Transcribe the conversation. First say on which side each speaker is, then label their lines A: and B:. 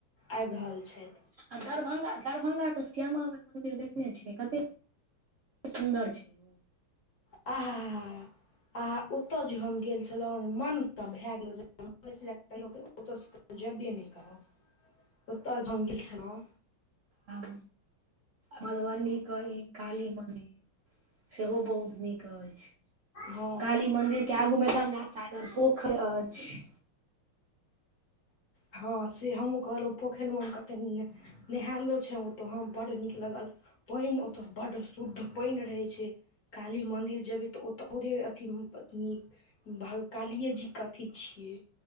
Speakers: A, on the left; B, on the right.
A: आइब रहल छथि
B: आ दरभंगा दरभंगा के श्यामा माय मंदिर देखने छिय कते सुन्दर छै ओ।
A: आहाँ आ ओतय जे हम गेल छलहुँर मन भए गेल होय छले तइयो ओत सऽ कतउ जेबै नय करब ओत जे गेल छलहुॅं
B: हं मधुबनी कहीकाली मन्दिर सेहो बहुत नीक अछि
A: हँ
B: काली मन्दिर केगो में गंगा साइ पोखरि अछि
A: हँ से हमहूँ कहलहुँ पोखरि में हम कते नहायलो छ तो हम बड्ड नीक लगल पनि ओत बड्ड शुद्ध पानि रहै छै काली मन्दिर जेबै तऽ ओत पुरेअथी नीक भंग कालिए जीके अथी छियै